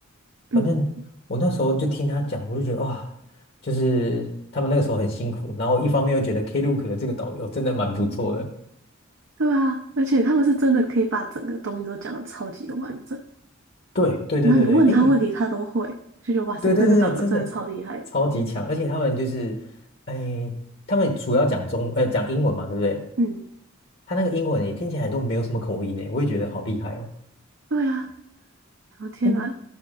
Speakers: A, on the right; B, on the left.
A: 嗯，
B: 反正我那时候就听他讲，我就觉得哇，就是他们那个时候很辛苦，然后一方面又觉得 Klook 的这个导游真的蛮不错的。
A: 对啊，而且他们是真的可以把整个东西都讲的超级的完整，
B: 对对对对对，
A: 然后你问他问题他都会，
B: 哎，你
A: 就觉得哇塞，
B: 对对对，
A: 这个导游真的超厉害。
B: 真的超级强，而且他们就是，哎，他们主要讲中，呃，讲英文嘛，对不对？
A: 嗯，
B: 他那个英文也听起来都没有什么口音呢，我也觉得好厉害哦。
A: 对啊，然后天哪，
B: 哎，